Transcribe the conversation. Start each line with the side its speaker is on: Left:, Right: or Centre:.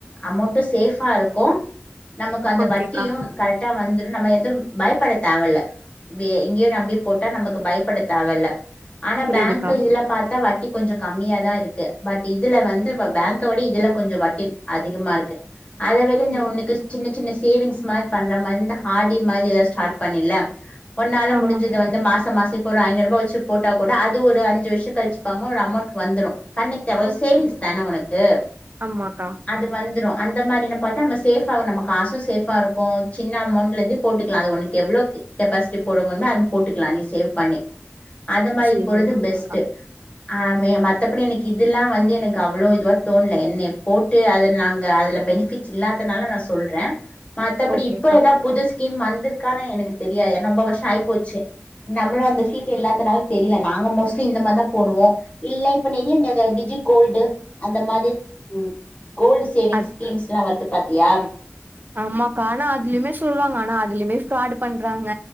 Left: அமௌண்ட்டு சேஃபா இருக்கு நமக்கு அந்த
Right: ஓகேக்கா
Left: வட்டியு கரெக்டா வந்துரு நம்ம எதும் பயப்பட தேவல்ல <unintelligible> நம்பி போட்டா நமக்கு பயப்பட தேவல்ல ஆனா
Right: புரியுதுக்கா
Left: பேங்க்கு இதுல பாத்தா வட்டிக் கொஞ்சோ கம்மியா தா இருக்கு பட் இதுல வந்து வ பேங்க விட இதுல கொஞ்சோ வட்டி அதிகமா ருக்கு அத விட நா
Right: ம்
Left: உனக்கு சின்ன சின்ன சேவிங்ஸ் மா பண்ற மா இந்த ஆர். டி மாரி எதது ஸ்டாட் பண்ணில ஒன்னால
Right: ஆமா
Left: முடிஞ்சத வந்து மாச மாச இப்ப ஒரு ஐனூருபா வெச்சி போட்டா கூட அது ஒரு அஞ்சு வர்ஷோ கழிச்சி பாக்கும் போது ஒரு அமௌண்ட் வந்துறு கண்ணேக்கவர்ஸ்
Right: ஓகே
Left: சேவிங்ஸ் தான உனக்கு
Right: ஆமாக்கா
Left: அது வந்துரு அந்த மாரி ந பாத்தா நம்ம சேஃபாவா நம்ம காசு சேஃபாருக்கு சின்ன அமௌண்ட்லந்து போட்டுக்கலா அது உனக்கு எவ்ளோக்கு கேப்பேசிடி போட முடியுமோ போட்டுகலா நீ சேவ்ப் பண்ணி அத மாரி
Right: சேரி
Left: போறது
Right: ஓகேக்கா
Left: பெஸ்ட்டு அ ஆமே மத்தபடி எனக்கு இதுல்லா வந்து எனக்கு அவ்ளோ இதுவா தோண்லே என்னிய போட்டு அதுல நாங்க அதுல பெனிபிட்ஸ் இல்லாதனால நா சொல்ற மத்தபடி
Right: ஓகேக்கா
Left: இப்ப ஏதாவத் புதுசு கீம் வந்திருக்கான்னு எனக்கு தெரியாது ஏன்னா ரொம்ப வர்ஷோ ஆய்ப்போச்சி நம்மளு அந்த
Right: ம்
Left: ஃபீல்டு இல்லாதனால் தெரில நாங்க மோஸ்ட்லி இந்த மாரிதா போடுவோ இல்ல இப்ப நெறிய இந்த டிஜி கோல்டு அந்த மாதிர் ம் கோல்டு சேவிங்
Right: அத்
Left: ஸ்கீம்ஸ்லா வருதுப் பாத்தியாம்
Right: ஆமாக்கா ஆனா அதுலயுமே சொல்வாங்க ஆனா அதுலயுமே ஃபிராடு பண்றாங்க